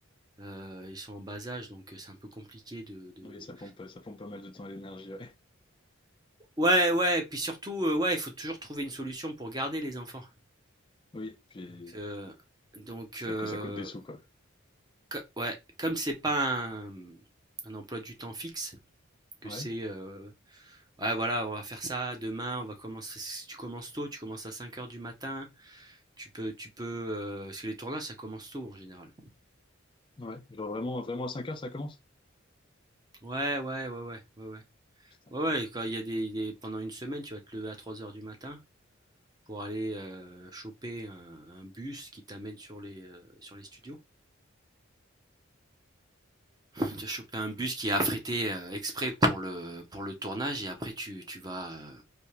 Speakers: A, on the right; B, on the left.
A: Euh, ils sont en bas âge, donc euh, c'est un peu compliqué de, de-
B: Oui, ça pompe, ça pompe pas mal de temps et d'énergie, ouais. <laughs>
A: Ouais, ouais. et Puis surtout, euh, ouais, il faut toujours trouver une solution pour garder les enfants.
B: Oui, puis
A: Donc, euh, donc,
B: ça,
A: euh,
B: co- ça coûte des sous, quoi.
A: co- ouais, comme c'est pas un, mmh, un emploi du temps fixe, que
B: Ouais,
A: c'est, euh, ouais, voilà, on va faire ça demain, on va commencer. Si tu commences tôt, tu commences à 5 heures du matin. Tu peux, tu peux, euh, parce que les tournages, ça commence tôt en général.
B: ouais. Genre vraiment, vraiment à 5 heures, ça commence?
A: Ouais, ouais, ouais, ouais, ouais, ouais.
B: Putain.
A: Ouais, ouais, quand il y a des, des- pendant une semaine, tu vas te lever à 3 heures du matin pour aller euh, choper un, un bus qui t'amène sur les, euh, sur les studios. <laughs> Tu vas choper un bus qui est affrété euh, exprès pour le, pour le tournage et après tu, tu vas, euh,